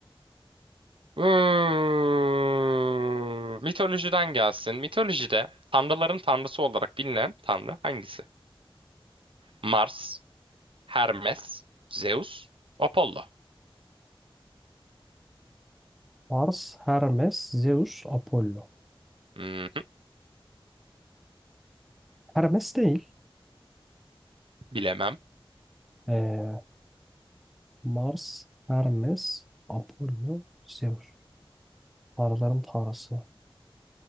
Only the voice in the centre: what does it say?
Mars, Hermes, Zeus, Apollo.
Hermes değil.
Ee, Mars, Hermes, Apollo, Zeus. Tanrıların tanrısı.